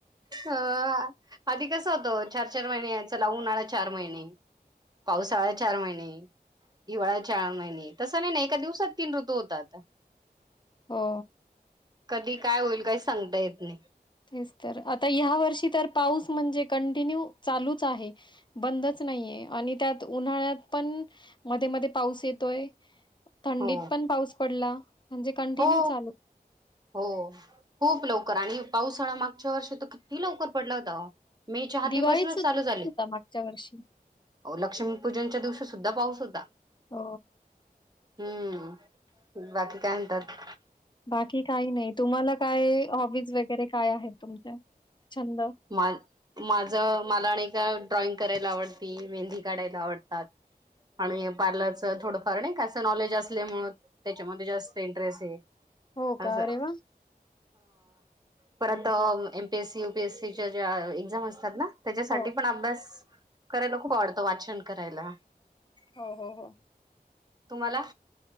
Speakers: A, on the right; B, on the left.
A: हा. आधी कस होतो चार, चार महिने चला उन्हाळा चार महिने. पावसाळा चार महिने. हिवाळा चार महिने तसं नाही ना एका दिवसात तीन ऋतू होतात.
B: हो.
A: कधी काय होईल काही सांगता येत नाही.
B: तेच तर आता ह्या वर्षी तर पाऊस म्हणजे कंटिन्यू चालूच आहे. बंदच नाहीये आणि त्यात उन्हाळ्यात पण मध्ये मध्ये पाऊस येतोय थंडीत
A: हो
B: पण पाऊस पडला म्हणजे कंटिन्यू
A: हो
B: चालू
A: हो. खूप लवकर आणि पावसाळा मागच्या वर्षी तर किती लवकर पडला होता. मे च्या आधी
B: दिवाळीत
A: पासूनच
B: सुद्धा
A: चालू झाले.
B: होता मागच्या वर्षी.
A: अवो लक्ष्मीपूजनच्या दिवशी सुद्धा पाऊस. सुद्धा
B: अ,
A: हम्म. बाकी काय म्हणतात
B: बाकी काही नाही. तुम्हाला काय हॉबीज वगैरे काय आहेत तुमच्या? छंद?
A: माझ मला आणि का ड्रॉइंग करायला आवडती, मेहंदी काढायला आवडतात. आणि पार्लरचं थोडंफार नाही कां नॉलेज असल्यामुळे त्याच्यामध्ये जास्त इंटरेस्ट आहे.
B: हो का? अरे वाह!
A: परत
B: हं, हं.
A: MPSC, UPSC. त्या ज्या एक्झाम असतात ना त्याच्यासाठी
B: हो.
A: पण अभ्यास करायला खूप आवडतं. वाचन करायला.
B: हो हो हो.
A: तुम्हाला